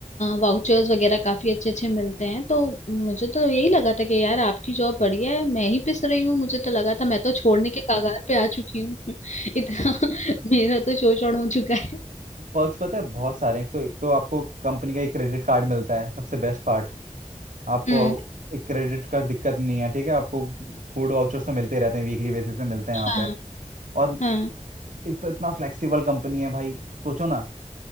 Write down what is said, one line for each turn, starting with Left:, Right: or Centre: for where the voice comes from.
Left: वाउचर्स वगैरह काफी अच्छे अच्छे मिलते हैं तो मुझे तो यही लगा था कि यार आपकी जॉब बढ़िया है मैं ही पिस रही हूँ मुझे तो लगा था मैं तो छोड़ने के कगार पे आ चुकी हूँ <laughs> इतना <laughs> मेरा तो शोषण हो चुका है
Right: पर्क्स पता है बहुत सारे हैं एक तो एक तो आपको कंपनी का एक क्रेडिट कार्ड मिलता है सबसे बेस्ट पार्ट आपको
Left: हम्म
Right: एक क्रेडिट का दिक्कत नहीं है ठीक है आपको फूड वाउचर्स तो मिलते रहते हैं वीकली बेसिस पे मिलते हैं यहाँ
Left: हाँ
Right: पे और
Left: हाँ
Right: एक तो इतना फ्लेक्सिबल कंपनी है भाई सोचो ना